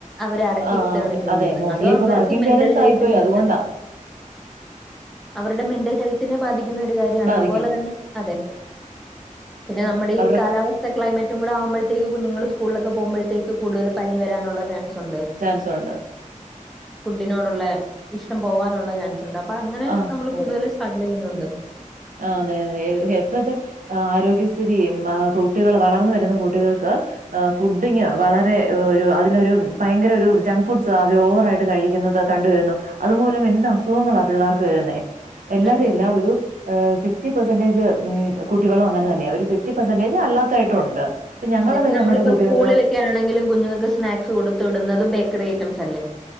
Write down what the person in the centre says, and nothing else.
അവരെ അടക്കിയിടുത്തയാണ്
ചെയ്യുന്നത്,
അതോ
അവർക്ക്
മെന്റൽ
ഹെൽത്തിന്
അതെ- അവരുടെ മെന്റൽ ഹെൽത്ത്- ബാധിക്കുന്ന ഒരു കാര്യാണ്,
അതുപോലെ തന്നെ അതെ
പിന്നെ നമ്മുടെ
ഈ കാലാവസ്ഥ- സ ക്ലൈമറ്റും കൂടെ ആവുമ്പഴത്തേക്ക് കുഞ്ഞുങ്ങള് സ്കൂളിലക്കെ പോകുമ്പോഴത്തേക്ക് കൂടുതൽ പനി വരാനുള്ള ചാൻസ് ഒ ഒണ്ട്.
ഫുഡിനോടുള്ള ഇഷ്ടം പോവാനുള്ള ചാൻസുണ്ട് അപ്പൊ അങ്ങനെ
നമ്മള് കൂടുതല്
- സ്ട്രക്കിള് ചെയുന്നുണ്ട്
അതെ
അതെ നമ്മളിപ്പോ
സ്കൂളിലൊക്കെ ആണെങ്കിലും കുഞ്ഞുങ്ങൾക്ക് സ്നാക്സ് കൊടു തുവിടുന്നതും ബേക്കറി ഐറ്റംസ് അല്ലേ.